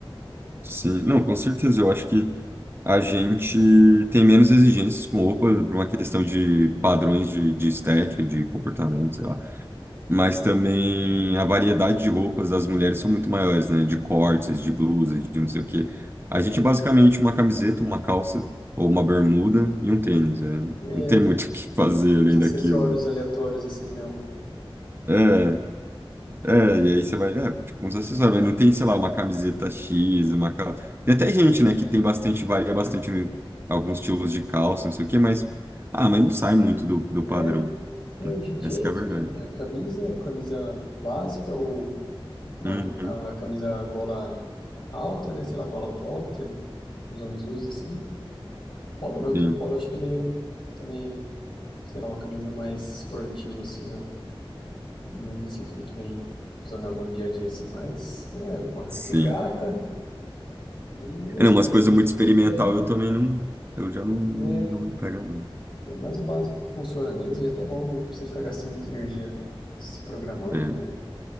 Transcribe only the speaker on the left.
É,
os
acessórios
aleatórios, assim, não.
Mas,
É,
é,
hoje em dia
é
isso
mesmo, é camisa, ou camisa básica, ou uma,
a camisa gola alta, né, sei lá, gola polo, que é, os homens usam, assim. O polo não, que
o polo acho que é meio, também, sei lá, uma camisa mais esportiva, assim, não Não me sinto muito bem usando ela no dia a dia assim, mas é uma
<laughs> regata e é
isso.
É, uma-
é,
é
é mais o básico que funciona mesmo. E é até bom não precisa ficar gastando muita energia se programando,
né?